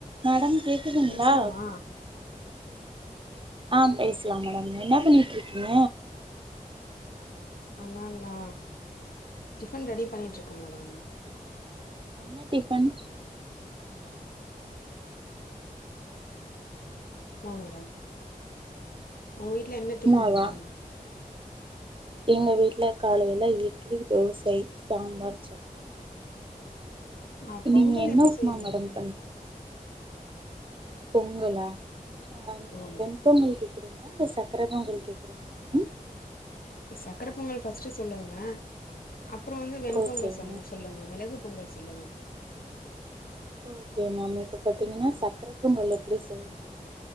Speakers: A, on the right; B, on the left.
A: Madam கேக்குதுங்களா
B: பேசலாமா
A: ஆஹ் பேசலா மேடம் என்னா பண்ணிட்ருக்கீங்க
B: ஆ மேம் நா டிஃபன் ரெடி பண்ணிட்ருக்கே மேடம்
A: என்ன டிபன்
B: உப்மா மேடம் உங்க வீட்டு்ல என்ன
A: உப்மாவா
B: டிஃபன் மேடம்
A: எங்க வீட்டுல காலையில இட்லி தோசை சாம்பார் சட்னி
B: <inaudible> ஆஹ் பொங்கல்
A: நீங்க என்ன
B: எப்டி
A: உப்மா
B: செய்வீங்க மேடம்
A: பண்றீங்க பொங்கலா காலைல
B: ஆமா மேடம்
A: எந்த மணிக்கு கேகறீங்களா இல்ல சக்கர பொங்கல் கேகறீங்களா மேம்
B: சக்கர பொங்கல் பஸ்ட்டு சொல்லுங்க அப்பற வந்து வெண்பொங்கல்
A: ஓகேங்க
B: சொங்க சொல்லுங்க மெளகு பொங்கல் சொல்லுங்க
A: ஓகே மேம் இப்ப பாத்தீங்கனா சக்ர பொங்கல் எப்டி செய்ணுனா